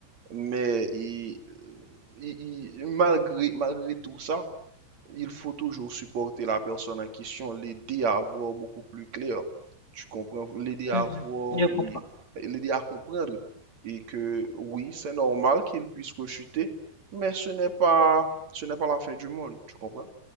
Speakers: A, on the right; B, on the left.
A: mais il, il- il- malgré, malgré tout ça, il faut toujours supporter la personne en question, l'aider à voir beaucoup plus clair. Tu comprends? L'aider à
B: Mhm,
A: voir
B: je
A: et
B: comprends.
A: l'aider à comprendre. Et que oui, c'est normal qu'il puisse rechuter, mais ce n'est pas, ce n'est pas la fin du monde, tu comprends?